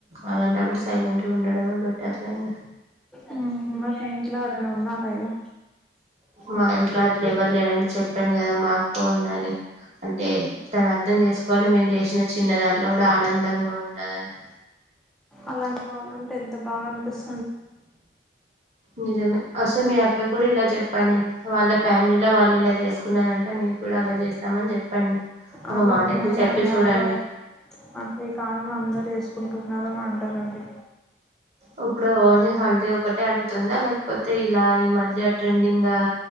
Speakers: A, on the right; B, in the centre.
A: అలాంటప్పుడు సైలెంట్ గా ఉండడమే బెటర్ లేండి
B: అవును ఇంగ <unintelligible> గాడ నేనున్నా హైలొ
A: మా ఇంట్లో అట్లా ఎవరు లేరండి చెప్పాను గదా మా అక్క ఉందని అంటే తను అర్దం చేసుకోని మేము చేసిన చిన్నదాన్ లో గుడా ఆనందంగా ఉండాలని
B: అలాంటి వాళ్ళు ఉంటే ఎంత బాగా అనిపిస్
A: నిజమే అసలు మీ అక్క కూడా ఇలా చెప్పాలి వాళ్ళ ఫ్యామిలీలో వాళ్ళు ఇలా చేసుకున్నారంటే నీకు కూడా అలా చేస్తామని చెప్పండి ఒక
B: అలా
A: మాట
B: వినదా
A: అయితే చెప్పి
B: అండి
A: చూడండి
B: అబ్బాయి అంటే ఈ కాలంలో అందరు చేసుకుంటున్నారు ని అంటాదండి
A: అప్పుడు ఓన్లీ హల్ అది ఒకటే అడుగుతుందా లేకపోతే ఇలా ఈ మధ్య ట్రెండింగ్